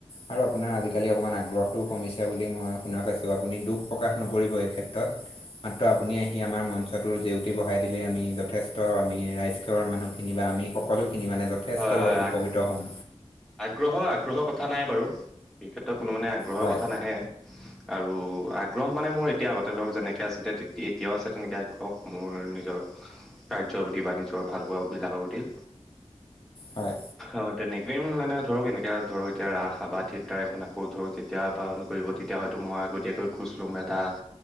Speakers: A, on the left; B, in the centre.
A: আৰু আপোনাৰ আজিকালি অকণমান আগ্ৰহটোও কমিছে বুলি মই শুনা পাইছোঁ আপুনি দুখ প্ৰকাশ নকৰিব এই ক্ষেত্ৰত মাত্ৰ আপুনি আহি আমাৰ মঞ্চ সেটোৰ জেউতি বঢ়াই দিলেই আমি যথেষ্ট আমি ৰাইজঘৰৰ মানুহখিনি বা আমি সকলোখিনি মানে য- থেষ্ট
B: হয় হয়
A: উপকৃত হ'ম।
B: আগ্ৰহ আগ্ৰহৰ কথা নাই বাৰু এই ক্ষেত্ৰত কোনো মানে আগ্ৰহৰ
A: হয়
B: কথা নাহে। আৰু আগ্ৰহ মানে মোৰ এতিয়া আগতে ধৰক যেনেকৈ আছিলে এতিয়াও আছে তেনেকৈ আগ্ৰহ মোৰ নিজৰ। কাৰ্যৰ প্ৰতি বাণিজ্যৰ ভাল পোৱা বিলাকৰ প্ৰতি
A: হয়
B: আও তেনেক- প্ৰেম মানে ধৰক এনেকে ধৰক এতিয়া ৰাস বা থিয়েটাৰ এখন আকৌ ধৰক যেতিয়া পালন কৰিব তেতিয়া হয়তো মই আগতীয়াকৈ খোজ লোম এটা